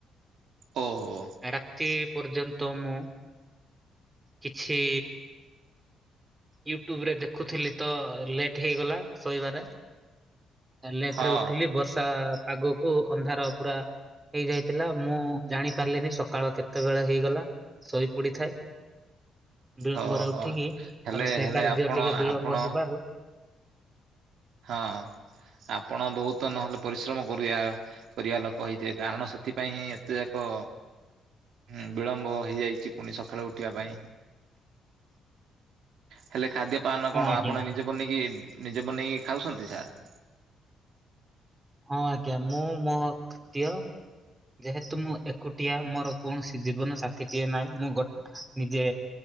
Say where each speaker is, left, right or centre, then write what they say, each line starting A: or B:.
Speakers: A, on the right (about 70°); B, on the right (about 20°).
A: ଓ ହୋ।
B: ରାତି ପର୍ଯ୍ୟନ୍ତ ମୁଁ କିଛି ୟୁଟ୍ୟୁବରେ ଦେଖୁଥିଲି ତ ଲେଟ୍ ହେଇଗଲା ଶୋଇବାରେ। ଲେଟ୍
A: ହଁ
B: ରେ ଉଠିଲି ବର୍ଷା ପାଗକୁ ଅନ୍ଧାର ପୁରା ହେଇଯାଇଥିଲା ମୁଁ ଜାଣି ପାରିଲିନି ସକାଳ କେତେବେଳେ ହେଇଗଲା। ଶୋଇ ପଡିଥାଏ ବିଳମ୍ବରେ
A: ହୋ ହୋ
B: ଉଠିକି
A: ହେଲେ
B: ଆ ରୋଷେଇ
A: ହେଲେ
B: କାର୍ଯ୍ୟ
A: ଆପଣ
B: ଟିକେ ବିଳମ୍ବ
A: ଆପଣ
B: ହେବାରୁ
A: ହଁ ଆପଣ ବହୁତ ନହେଲେ ପରିଶ୍ରମ କରିଆ କରିବା ଲୋକ ହେଇଥିବେ କାରଣ ସେଥିପାଇଁ ହିଁ ଏତେ ଯାକ ହୁଁ ବିଳମ୍ବ ହେଇଯାଇଛି ପୁଣି ସକାଳୁ ଉଠିବା ପାଇଁ। ହେଲେ ଖାଦ୍ୟ ପାନ
B: ହଁ
A: କଣ
B: ଆଜ୍ଞା
A: ଆପଣ ନିଜେ ବନେଇକି ନିଜେ ବନେଇକି ଖାଉଛନ୍ତି ସାର୍?
B: ହଁ ଆଜ୍ଞା ମୁଁ ମୋହ ଖାଦ୍ୟ ଯେହେତୁ ମୁଁ ଏକୁଟିଆ ମୋର କୌଣସି ଜୀବନ ସାଥିଟିଏ ନାହିଁ ମୁଁ ଗୋଟ ନିଜେ